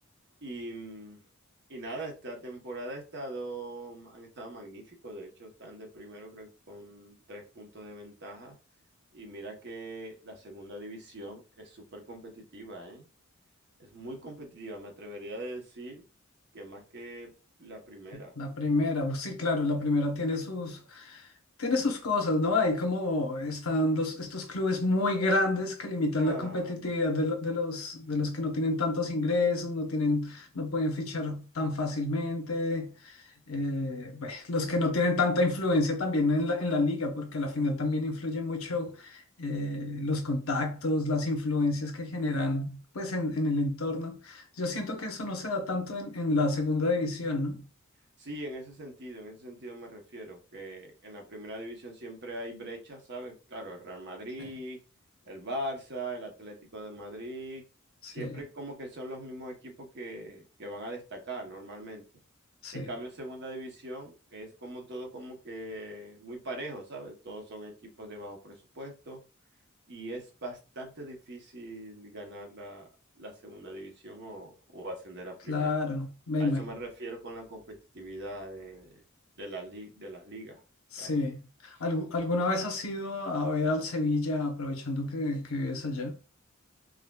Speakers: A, on the right; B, on the left.
A: Y, mm, y nada, esta temporada ha estado, han estado magníficos, de hecho están de primero creo que con tres puntos de ventaja. Y mira que la segunda división es súper competitiva, ¿eh? Es muy competitiva, me atrevería a decir que más que la primera.
B: La primera, pues sí, claro, la primera tiene sus, tiene sus cosas, ¿no? Hay como están los, estos clubes muy grandes que limitan
A: Claro,
B: la competitividad de, lo- de los, de los que no tienen tantos ingresos, no tienen, no pueden fichar tan fácilmente. eh, bueno, los que no tienen tanta influencia también en la, en la liga, porque a la final también influye mucho eh, los contactos, las influencias que generan, pues, en, en el entorno. Yo siento que eso no se da tanto en, en la segunda división, ¿no?
A: Sí, en ese sentido, en ese sentido me refiero, que en la primera división siempre hay brechas, ¿sabes? Claro, el Real Madrid,
B: Sí.
A: el Barça, el Atlético de Madrid,
B: Sí,
A: siempre como que son los mismos equipos que, que van a destacar normalmente.
B: sí,
A: En cambio, en segunda división es como todo como que muy parejo, ¿sabes? Todos son equipos de bajo presupuesto y es bastante difícil ganar la, la segunda división o, o ascender a
B: claro,
A: primera.
B: me
A: A
B: imagino.
A: eso me refiero con la competitividad de, de la li- de las ligas,
B: Sí.
A: claro.
B: ¿Algu-
A: Sí.
B: ¿Alguna vez has ido a ver al Sevilla aprovechando que, que vives allá?